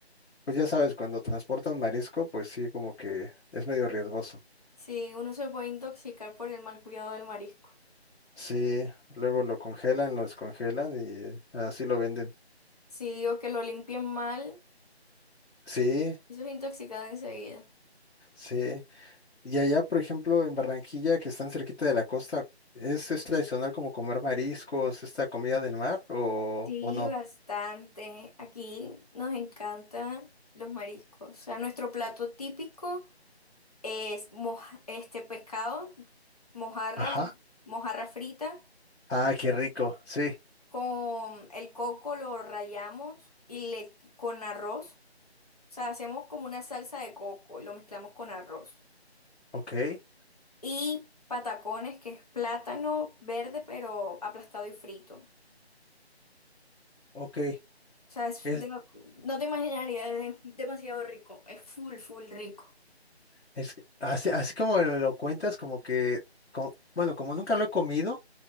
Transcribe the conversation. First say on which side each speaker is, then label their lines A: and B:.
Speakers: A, on the left; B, on the left.
A: pues ya sabes, cuando transportan marisco, pues sí, como que es medio riesgoso.
B: Sí, uno se puede intoxicar por el mal cuidado del marisco.
A: Sí, luego lo congelan, lo descongelan y así lo venden.
B: Sí, o que lo limpien mal,
A: Sí,
B: eso es intoxicado enseguida.
A: sí. Y allá, por ejemplo, en Barranquilla, que están cerquita de la costa, ¿es, es tradicional como comer mariscos, esta comida del mar o,
B: Sí,
A: o no?
B: bastante. Aquí nos encantan los mariscos. O sea, nuestro plato típico es moja- este pescado, mojarra,
A: Ajá.
B: no- mojarra frita
A: Ah, qué rico. Sí.
B: Con el coco lo rallamos y le con arroz. O sea, hacemos como una salsa de coco y lo mezclamos con arroz.
A: Ok.
B: Y patacones, que es plátano verde, pero aplastado y frito.
A: Ok.
B: O sea, es
A: Es,
B: de- no te imaginarías, es demasiado rico. Es full, full rico.
A: es así, así como me lo cuentas, como que, co- bueno, como nunca lo he comido,